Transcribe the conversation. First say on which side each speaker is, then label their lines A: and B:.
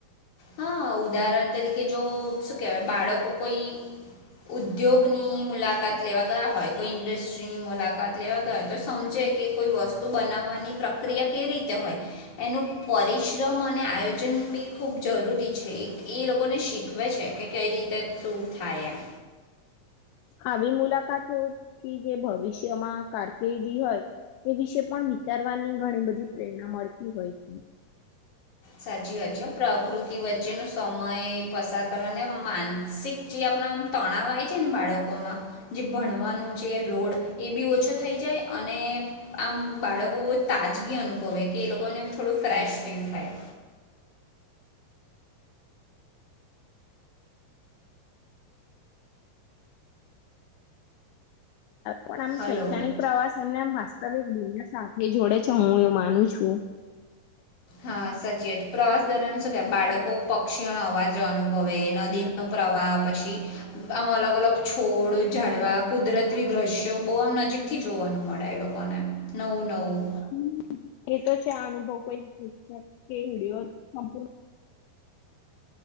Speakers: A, on the left; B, on the left.
A: હહ ઉદાહરણ તરીકે જો શું કેવાય બાળકો કોઈ ઉદ્યોગની મુલાકાત લેવા ગયા હોય કોઈ ઇન્ડસ્ટ્રીની મુલાકાત લેવા ગયા હોય તો સમજે કે કોઈ વસ્તુ બનાવવાની પ્રક્રિયા કઈ રીતે હોય એનું પરિશ્રમ અને આયોજન બી ખૂબ જરૂરી છે એક એ લોકોને શીખવે છે કે કઈ રીતે શું થાય એમ.
B: આવી મુલાકાતોથી જે ભવિષ્યમાં કારકિર્દી હોય એ વિશે પણ વિચારવાની ઘણી બધી પ્રેરણા મળતી હોય છે.
A: સાચી વાત છે હો. પ્રકૃતિ વચ્ચેનો સમય પસાર કરવાને માનસિક જે આપ આપણે આમ તણાવ આઈ જાઈને બાળકોમાં જે ભણવાનું જે લોડ એ બી ઓછો થઈ જાય અ અને આમ બાળકો બહુ તાજગી અનુભવે કે એ લોકોને બી થોડું ફ્રેશ ફીલ થાય.
B: પણ આમ
A: હલો
B: શૈક્ષણિક
A: હમ
B: પ્રવાસ એમને આમ વાસ્તવિક દુનિયા સાથે જોડે છે, હું એવું માનું છું
A: હા, સાચી વાત પ્રવાસ દરમિયાન સુ કે બાળકો પક્ષીઓનો અવાજ અનુભવે, નદીનો પ્રવાહ પછી, આમાં અલગ અલગ છોડ, જાડવા, કુદરતી દ્રશ્ય જો બહુ આમ નજીક થી જોવાનું મળે એ લોકોને, નવું નવું
B: <unintelligible> એ તો છે આ અનુભવ કોઈ <unintelligible> કે વિડીયો સંપ